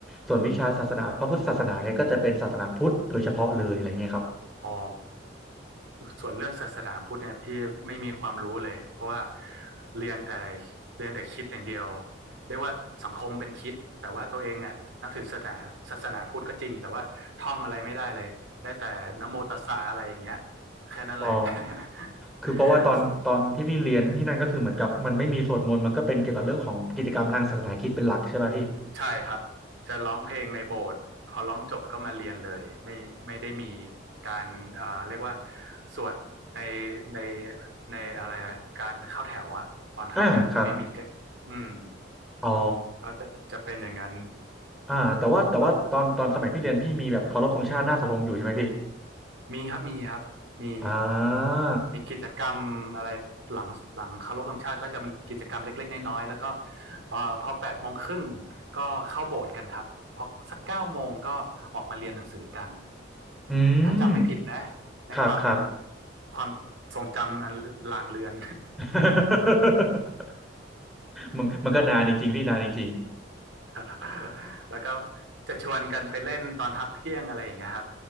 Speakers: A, in the centre; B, on the right.
A: ส่วนวิชาศาสนาพระพุทธศาสนาเนี่ยก็จะเป็นศาสนาพุทธโดยเฉพาะเลยอะไรเงี้ยครับ
B: อ๋อส่วนเรื่องศาสนาพุทธเนี่ยพี่ไม่มีความรู้เลยเพราะว่าเรียนแต่เรียนแต่คริดอย่างเดียวเรียกว่าสังคมเป็นคริดแต่ว่าตัวเองอ่ะนับถือศาสนาศาสนาพุทธก็จริงแต่ว่าท่องอะไรไม่ได้เลยได้แต่นะโมตัสสะอะไรอย่างเงี้ยแค่นั้นแหละ
A: อ๋อ
B: <laughs>
A: คือเพราะว่าตอนตอนที่พี่เรียนที่นั่นก็คือเหมือนกับมันไม่มีสวดมนต์มันก็เป็นเกี่ยวกับเรื่องของกิจกรรมทางศาสนาคริสต์เป็นหลักใช่ไหมพี่
B: ใช่ครับจะร้องเพลงในโบสถ์พอร้องจบก็มาเรียนเลยไม่ไม่ได้มีการเอ่าเรียกว่าสวดในในในอะไรอะการเข้าแถวอะตอนเข้าแถวก็ไม่มีก็อืม
A: อ่าครับอ๋อ
B: ก็จะจะเป็นอย่างนั้น
A: อ่าแต่ว่าแต่ว่าตอนตอนสมัยพี่เรียนพี่มีแบบเคารพธงชาติหน้าเสาธงอยู่ใช่ไหมพี่
B: แล้วมีครับมีครับมี
A: อ่า
B: มีกิจกรรมอะไรหลังหลังเคารพธงชาติก็จะมีกิจกรรมเล็กๆน้อยๆแล้วก็เอ่อพอแปดโมงครึ่งก็เข้าโบสถ์กันครับพอสักเก้าโมงก็ออกมาเรียนหนังสือกัน
A: อืม
B: ถ้าจำไม่ผิดนะในความ
A: ครับครับ
B: ความทรงจำอันลางเลือน
A: <laughs> มันมันก็นานจริงๆพี่นานจริง
B: <laughs> แล้วก็จะชวนกันไปเล่นตอนพักเที่ยงอะไรอย่างเงี้ยครับ